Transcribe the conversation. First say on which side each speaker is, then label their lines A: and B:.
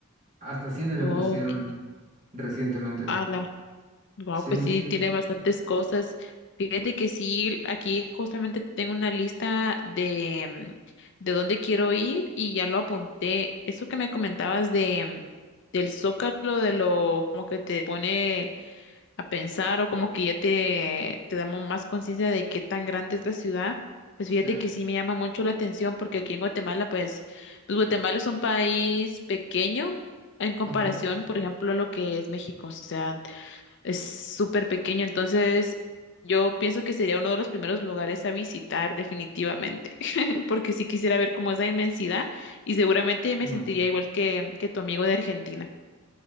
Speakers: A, on the right; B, on the left.
A: Hasta cine le
B: Ok.
A: pusieron recientemente.
B: Ala. Wow,
A: Sí,
B: pues
A: sí,
B: sí,
A: sí.
B: tiene bastantes cosas. Fíjate que sí, aquí justamente tengo una lista de, mm, de dónde quiero ir y ya lo apunté. Eso que me comentabas de, mm, del Zócalo, de lo como que te pone a pensar o como que ya te, te damos más conciencia de qué tan grande es la ciudad, pues
A: Sí.
B: fíjate que sí me llama mucho la atención porque aquí en Guatemala, pues, pues Guatemala es un país pequeño en comparación,
A: Ok.
B: por ejemplo, a lo que es México, o sea, es súper pequeño, entonces yo pienso que sería uno de los primeros lugares a visitar definitivamente, <laughs> porque sí quisiera ver como esa inmensidad y seguramente
A: Pero,
B: me sentiría igual que, que tu amigo de Argentina.